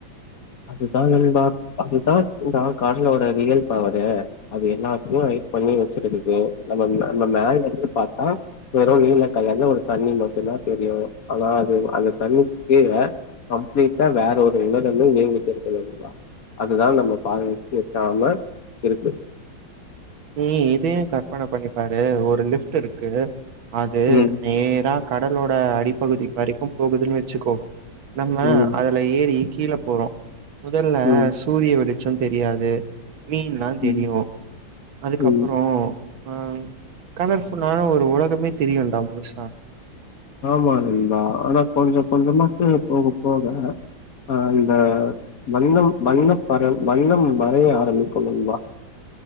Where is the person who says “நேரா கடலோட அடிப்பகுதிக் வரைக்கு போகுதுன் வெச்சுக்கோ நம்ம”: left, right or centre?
Right